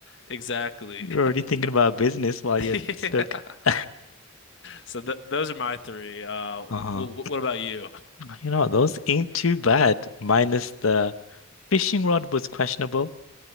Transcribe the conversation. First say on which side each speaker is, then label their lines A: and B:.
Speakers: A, on the left; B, on the left.
A: exactly.
B: You're already thinking about business while
A: <laughs>
B: you're
A: Yeah.
B: stuck. <laughs>
A: <laughs> So th those are my three. Uh, w
B: Uh-huh.
A: w what about you?
B: You know, those ain't too bad, minus the fishing rod was questionable,